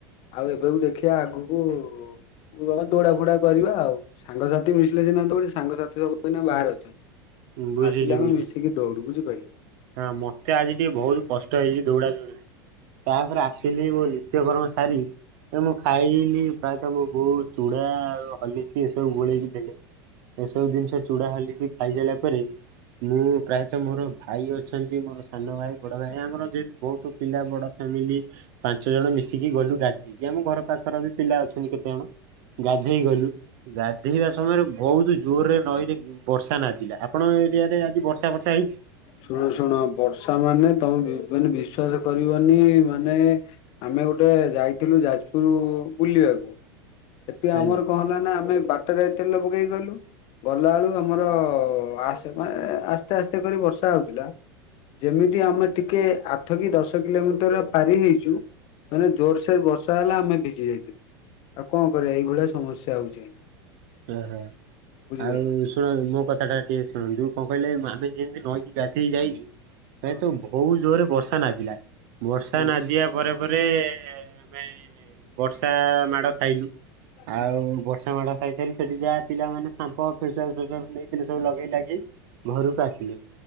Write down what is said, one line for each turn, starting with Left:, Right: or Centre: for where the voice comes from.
Left: ଆଉ ଏବେ କୁ ଦେଖିଆ ଆଗକୁ <unintelligible> ଦୋଡା ଫୋଡା କରିବା ଆଉ। ସାଙ୍ଗସାଥି ମିଶିଲେ ସିନା ଦୌଡି ସାଙ୍ଗସାଥି ସବୁଏଇନା ବାହାରେ ଅଛନ୍ତି।
Right: ବୁଝୁଛି
Left: ଆସିଲେ ଆମେ
Right: ବୁଝୁଛି।
Left: ମିଶିକି ଦୌଡୁ ବୁଝିପାଇଲ।
Right: ହଁ ମତେ ଆଜି ଟିକେ ବହୁତ କଷ୍ଟ ହେଇଚି ଦୌଡା ଦୌଡି ରେ। ତାପରେ ଆସିଲି ମୋ ନିତ୍ୟକର୍ମ ସାରି ଏ ମୁଁ ଖାଇଲି ପ୍ରାୟତଃ ମୋ ବୋଉ ଚୁଡା ଆଉ ହର୍ଲିକସ୍ ଏ ସବୁ ଗୋଳେଇକି ଦେଲେ। ଏସବୁ ଜିନିଷ ଚୁଡା ହଲିକସ୍ ଖାଇସାଇଲା ପରେ ମୁଁ ପ୍ରାୟତଃ ମୋର ଭାଇ ଅଛନ୍ତି ମୋର ସାନ ଭାଇ ବଡ ଭାଇ ଆମର ଯେହେତୁ ବହୁତ ପିଲା ବଡ ଫ୍ୟାମିଲି ପାଞ୍ଚ ଜଣ ମିଶ ମିସିକି ଗଲୁ ଗାଧେଇକି ଆମ ଘର ପାଖର ବି ପିଲା ଅଛନ୍ତି କେତେଜଣ ଗାଧେଇ ଗଲୁ। ଗାଧେଇବା ସମୟରେ ବହୁତୁ ଜୋରରେ ନଈରେ ବର୍ଷା ନାଦିଲା ଆପଣ ଙ୍କ ଏରିଆରେ ଆଜି ବର୍ଷା ଫର୍ଷା ହେଇଚି?
Left: ଶୁଣ ଶୁଣ ବର୍ଷା ମାନେ ତମେ ବି ମାନେ ବିଶ୍ଵାସ କରିବନି ମାନେ ଆମେ ଗୋଟେ ଯାଇଥିଲୁ ଯାଜପୁର ବୁଲିବାକୁ ସେଥି
Right: ଆଜ୍ଞା
Left: ଆମର କଣ ହେଲା ନା ଆମେ ବାଟରେ ତେଲ ପକେଇ ଗଲୁ। ଗଲା ବେଳୁକୁ ଆମର-ଅ ଆସ ମାନେ ଆସ୍ତେ ଆସ୍ତେ କରି ବର୍ଷା ହଉଥୁଲା। ଯେମିତି ଆମେ ଟିକେ ଆଠ କି ଦଶ କିଲୋମିଟର ପାରି ହେଇଚୁ ମାନେ ଜୋରସୋର ବର୍ଷା ହେଲା ଆମେ ଭିଜି ଯାଇଥିଲୁ। ଆଉ କଣ କରିବା ଏଇଭଳିଆ ସମସ୍ୟା ହଉଛି।
Right: <unintelligible>
Left: ବୁଝିପାରିଲ
Right: ଆଉ ଶୁଣ ମୋ କଥା ଟା ଟିକେ ଶୁଣନ୍ତୁ। କଣ କଇଲେ ଆମେ ଯେମିତି ନଈକି ଗାଧେଇ ଯାଇଚୁ ପ୍ରାଏ
Left: ହଁ।
Right: ତ ଭୋଉ ଜୋର ରେ ବର୍ଷା ନାଦିଲା। ବର୍ଷା
Left: ହୁଁ
Right: ନାଦିବା ପରେ ପରେ ଏ ଆମେ ବର୍ଷା-ଆ-ଆ ମାଡ଼ ଖାଇଲୁ
Left: ହୁଁ
Right: ଆଉ ବର୍ଷା ମାଡ ଖାଇ ଯାହା ପିଲାମାନେ ସାମ୍ପ ଫେସୱା ଫେସୱା ନେଇିଥିଲି ସବୁ ଲଗେଇ ଲାଗି ଘରକୁ ଆସିଲେ।